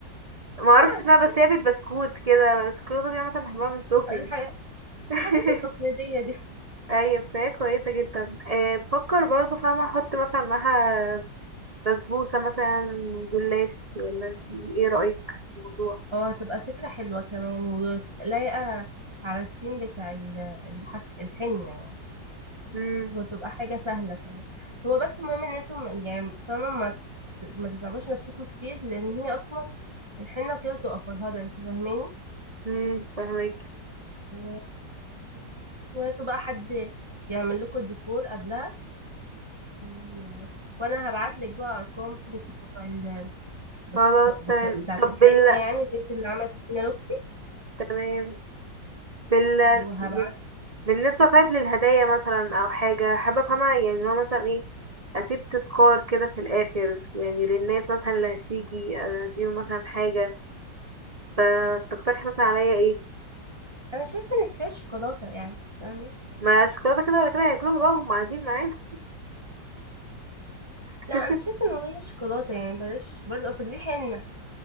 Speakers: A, on the right (about 55°); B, on the right (about 15°).
A: ما اعرفش
B: الحاجات
A: اسمها بس هي بالبسكوت كده الشوكولاته دي عامه بحبها من صوفي
B: الحاجات
A: <laughs>
B: الحاجات التقليديه دي
A: ايوه بتاعي كويسه جدا أه بفكر برضه فاهمه احط مثلا معاها بسبوسه مثلا جلاش ولا انتي ايه رايك في الموضوع
B: اه هتبقى فكره حلوه كمان ولايقه على التيم بتاع ال- الحف... الحنه يعني
A: امم
B: وتبقى حاجه سهله كمان هو بس المهم ان انتم يعني فاهمه ما ت- ما تتعبوش نفسكم كتير لان هي اصلا الحنه كده بتبقى فرهده انت فاهماني
A: امم فاهمك
B: و... وهاتوا بقى حد يعمل لكم الديكور قبلها و- وانا هبعت لك بقى ارقام بتوع ال... بتوع...
A: خلاص
B: بتوع...
A: تمام
B: بتاعت
A: طب
B: الحنه
A: بال
B: يعني البنت اللي عملت الحنه لاختي
A: تمام بال
B: وهبعت
A: بال- بالنسبه طيب للهدايا مثلا او حاجه حابه افهمها يعني اللي هو مثلا ايه اسيب تذكار كده في الاخر يعني للناس مثلا اللي هتيجي آه، اديهم مثلا حاجه فتقترحي مثلا عليا ايه
B: انا شايفه انك فيها شوكولاته يعني فاهمه
A: ما شوكولاته كده ولا كده هياكلوها بقى هم قاعدين معانا <laughs>
B: لا انا شايفه ان هي شوكولاته يعني بلاش برضه اصل دي حنه